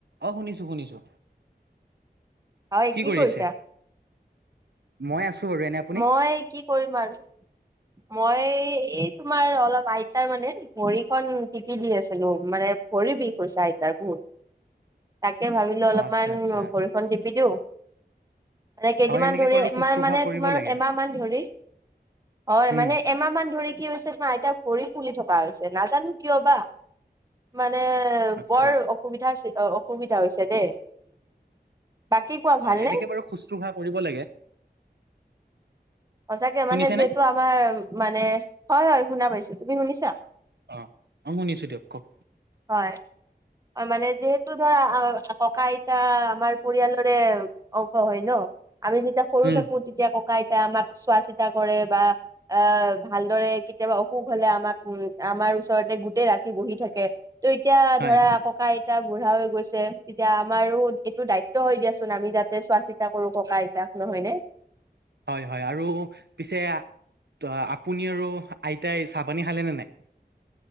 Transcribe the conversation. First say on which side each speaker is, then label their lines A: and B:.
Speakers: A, on the right (about 80°); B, on the right (about 20°).
A: অহ', শুনিছো শুনিছো।
B: হয়, কি
A: কৰি
B: কৰিছা?
A: আছে? মই আছো বাৰু এনে আপুনি?
B: মই কি কৰিম আৰু মই এ এই তোমাৰ অলপ আইতাৰ মানে ভৰিখন টিপি দি আছিলো। মানে ভৰি বিষ হৈছে আইতাৰ বহুত, তাকে ভাবিলো অলপমান
A: অ আচ্ছা আচ্ছা
B: ভৰিখন টিপি দিওঁ। <unintelligible> কেইদিনমান
A: হয় এনেকে
B: ধৰি
A: বাৰু শুশ্ৰূষা
B: মাৰ মানে
A: কৰিব
B: তোমাৰ
A: লাগে
B: এমাহ মান ধৰি, হয়
A: উম
B: মানে এমাহ মান ধৰি কি হৈছে তোমাৰ আইতাৰ ভৰি ফুলি থকা হৈছে, নাজানো কিয় বা, মানে
A: আচ্ছা
B: বৰ অসুবিধাৰ সৃষ্ট অ, অসো বিধা হৈছে দেই। বাকী কোৱা
A: হয়
B: ভালনে?
A: এনেকে বাৰু শুশ্ৰূষা কৰিব লাগে
B: সঁচাকে
A: শুনিছেনে
B: মানে যিহেতু আমাৰ মানে, হয়, হয় শুনা পাইছো, তুমি শুনিছা?
A: অ, অ শুনিছোঁ দিয়ক, কওক
B: হয়। হয় মানে যিহেতু ধৰা আ ককা আইতা আমাৰ পৰিয়ালৰে অংশ হয় ন, আমি যেতিয়া সৰু
A: উম
B: থাকো তেতিয়া ককা আইতাই আমাক চোৱা চিতা কৰে, বা এ ভালদৰে কেতিয়াবা অসুষ হলে আমাক উম, আমাৰ ওচৰতে গোটেই ৰাতি বহি থাকে। ত' এতিয়া
A: হয়
B: ধৰা, ককা আইতা বুঢ়া হৈ গৈছে, এতিয়া আমাৰো এইটো দায়িত্ব হৈ দিয়ছ ছোঁন। আমি যাতে চোৱা চিতা কৰো ককা আইতাক নহয়নে?
A: হয়, হয় আৰু পিছে, ত' আপুনি আৰু আইতাই চাহ পানী খালে নে নাই?